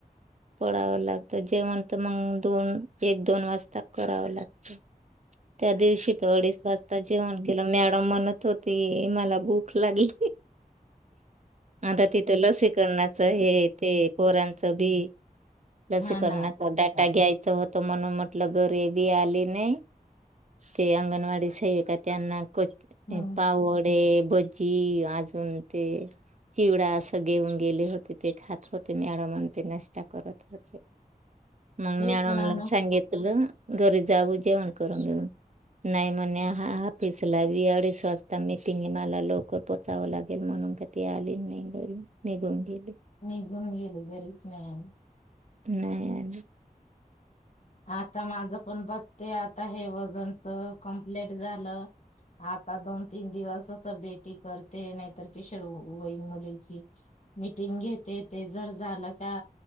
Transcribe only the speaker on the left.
हा ना
हम्म
तेच
ना मग
नाही जुने गेल घरीच, न्यायानं,
आता माझ पण बघते, आता हे वजनच कमप्लीट झालं, आता दोन तीन दिवस असं बेटी करते नाहीतर पिशर वईन मुलीची मीटिंग घेते ते जर झालं का